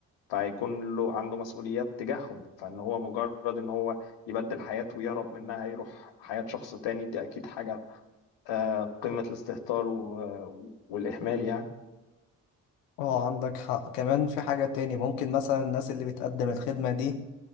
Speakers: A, on the left (about 65°); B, on the left (about 80°).
A: فهيكون له عنده مسؤوليات تجاههم فان هو مجرد ان هو يبدل حياته ويهرب منها يروح حياة شخص تاني دي اكيد حاجة آه، قمة الاستهتار و- والاهمال يعني
B: اه عندك حق كمان في حاجة تاني ممكن مثلا الناس اللي بتقدم الخدمة دي